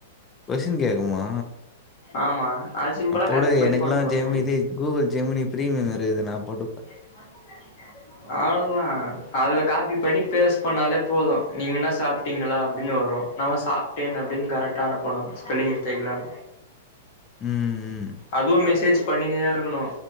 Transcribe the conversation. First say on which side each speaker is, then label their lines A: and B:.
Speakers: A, on the left (about 20°); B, on the left (about 50°).
A: கொஸ்டின் கேக்குமா
B: ஆமா அது சிம்பிளா
A: அப்ப
B: காப்பி
A: உடு
B: பண்ணி
A: எனக்கெல்லா
B: போட போறது
A: ஜெமிதி கூகுள் ஜெமினி பிரிமியம் இருக்குது நா போட்டுப்பே
B: <inaudible> அவ்ளோதா அதுல காபி பண்ணி பேஸ் பண்ணாலே போது நீங்க என்ன சாப்பிட்டீங்களா அப்டின்னு வரு நம்ம சாப்ட்டே அப்டின்னு கரெக்டா அனுப்பனு ஸ்பெல்லிங் மிஸ்டேக் இல்லாம
A: ம்
B: அதுவு மெசேஜ் பண்ணிணே இருக்கணு